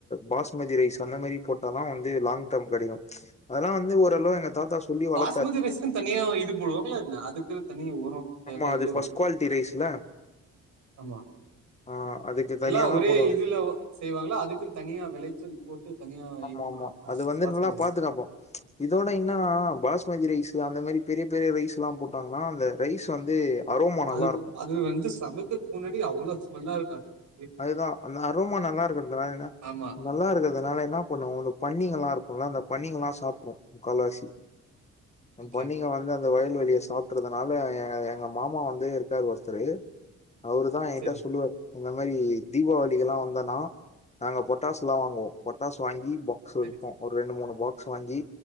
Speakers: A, on the left; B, on the right.
A: பாஸ் மதி ரைஸ் அந்த மாரி போட்டதா வந்து லாங் டம் கிடைக்கு அதெல்லா வந்து ஓரளவு எங்க தாத்தா சொல்லி வள
B: சுமதி ரைஸு தனியா இது போடுவாங்களா என்ன அதுக்குனு தனியா ஒர தெர்ல
A: ஆமா அது
B: இது
A: ஃபர்ஸ்ட் குவாலிட்டி ரைஸ்ல.
B: ஆமா
A: ஆ அதுக்கு
B: எல்லா
A: தனியா
B: ஒரே
A: தான் போடுவாங்க.
B: இதுல செய்வாங்கள அதுக்குன்னு தனியா விளைச்சல் போட்டு தனியா
A: ஆமா
B: இது
A: ஆமா
B: பண்ணுவாங்களா
A: அது வந்து
B: பாஷ்மதி
A: நல்லா
B: ரைஸ்க்கு
A: பாதுகாப்போ இதோட என்னன்னா பாஸ்மதி ரைஸு அந்த மாரி பெரிய பெரிய ரைஸ் லா போட்டாங்கன்னா அந்த ரைஸ் வந்து அரோமா நல்லா
B: அது
A: இருக்கு
B: அது வந்து சமைக்கிறதுக்கு முன்னாடி அவ்ள ஸ்மெல்லா இருக்கு
A: அதுதா அந்த அரோமா நல்லா இருக்குனால என்ன
B: ஆமா.
A: நல்லா இருக்கறதுனால என்ன பண்ணு இந்த பன்னிங்கல்லா இருக்குல அந்த பன்னிங்கல்லா சாப்ட்டு கால்வாசி
B: ஓகே,
A: பண்ணிங்க
B: ஓகே.
A: வந்து அந்த வயல்வெளிய சாப் னால எங்க மாமா வந்து இருக்காரு ஒருத்தர் அவரு தா எயன்ட்ட
B: சரி,
A: சொல்லுவார் மாரி தீபாவளிகல்லா வந்தன்னா நாங்க பட்டாசுல்லா வாங்குவோ பட்டாசு வாங்கி ஸு
B: சரி.
A: இருக்கு அவுரு ரெண்டு மூணு பாக்ஸ் வாங்கி